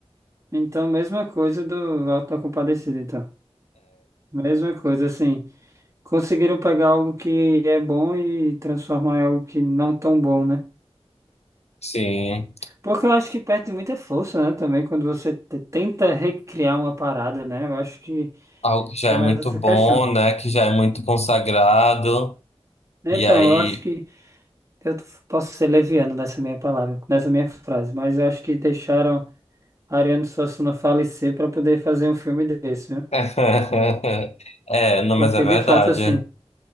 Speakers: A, on the right; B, on the left.
A: Então, mesma coisa do Auto da Compadecida, então. Mesma coisa, assim. Conseguiram pegar algo que é bom e transformar em algo que não tão bom, né?
B: sim,
A: Porque eu acho que perde muita força, né? Também quando você te- tenta recriar uma parada, né? Eu acho que,
B: algo que já
A: que é
B: é
A: mais
B: muito
A: essa
B: bom,
A: questão.
B: né? Que já é muito consagrado.
A: Então,
B: E aí.
A: eu acho que eu t- posso ser leviano nessa minha palavra, nessa minha frase, mas eu acho que deixaram Ariano Suassuna falecer para poder fazer um filme desse, viu?
B: <laughs> É, não,
A: Porque
B: mas é verdade.
A: de fato, assim,